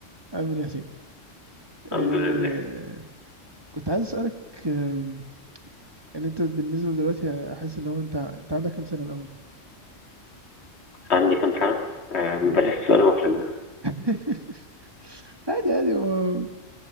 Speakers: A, on the right; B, on the left.
A: عامل إيه يا حسين؟ أه
B: الحمد لله
A: كنت عايز أسألك آم، يعني أنت بالنسبة دلوقتي أحس إن هو أنت أنت عندك كام سنة الأول؟
B: عندي كام سنه آه
A: مم.
B: ما بلاش السؤال المحرج ده
A: <laughs> عادي عادي هو